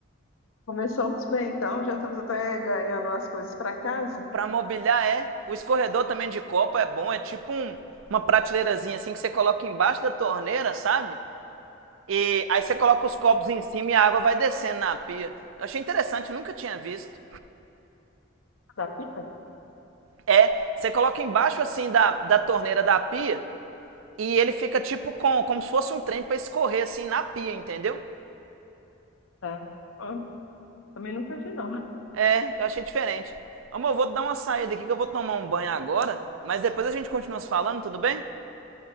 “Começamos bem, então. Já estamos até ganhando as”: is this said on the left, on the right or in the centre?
Left